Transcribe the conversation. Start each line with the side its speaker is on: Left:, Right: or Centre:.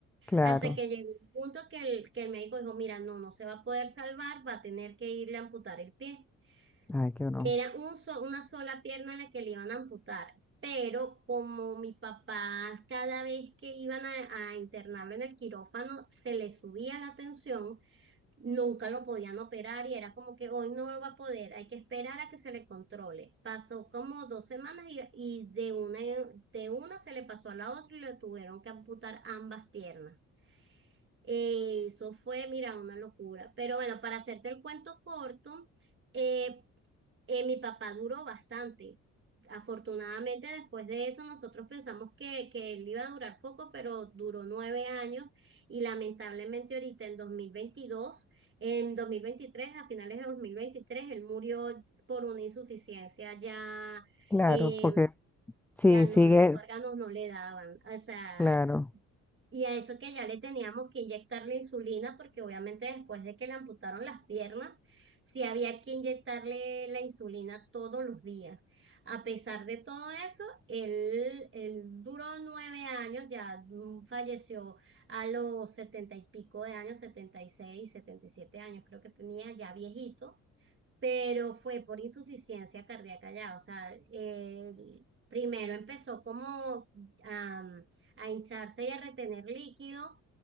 Centre: claro.
Right: Hasta que llegó un punto que el, que el médico dijo, mira, no, no se va a poder salvar, va a tener que irle a amputar el pie.
Centre: Ay, qué horror.
Right: Era un so- una sola pierna la que le iban a amputar, pero como mi papá cada vez que iban a, a internarlo en el quirófano se le subía la tensión, nunca lo podían operar y era como que hoy no lo va a poder, hay que esperar a que se le controle. Pasó como dos semanas y, y de una, de una se le pasó a la otra y le tuvieron que amputar ambas piernas. Eh, eso fue, mira, una locura. Pero bueno, para hacerte el cuento corto, eh, eh, mi papá duró bastante. Afortunadamente, después de eso, nosotros pensamos que, que él iba a durar poco, pero duró nueve años y lamentablemente ahorita en dos mil veintidós en dos mil veintitrés a finales de 2023 él murió por una insuficiencia ya
Centre: Claro,
Right: eh,
Centre: porque sí,
Right: ya no,
Centre: sigue,
Right: los órganos no le daban. O sea,
Centre: claro,
Right: y a eso que ya le teníamos que inyectar la insulina, porque obviamente después de que le amputaron las piernas, sí había que inyectarle la insulina todos los días. A pesar de todo eso, él, él duró nueve años, ya mm, falleció a los setenta y pico de años, setenta y seis, setenta y siete años, creo que tenía ya viejito pero fue por insuficiencia cardíaca ya, o sea, él primero empezó como am, a hincharse y a retener líquido,